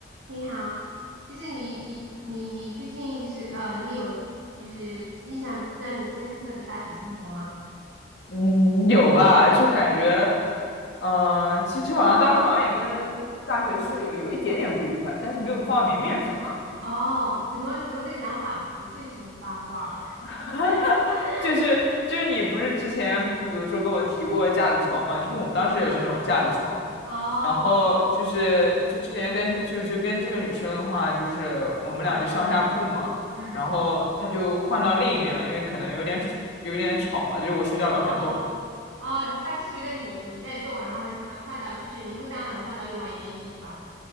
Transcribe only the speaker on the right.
你好，就是你你你你最近就是呃，你有就是印象让你深刻的大学生活吗？
哦，怎么怎么个讲法？我最喜欢八卦了。
<laughs>
嗯，哦，
嗯嗯，
哦哦，他是觉得你你在动，然后他就换换到就是明目张胆的换到另外一边去是吧？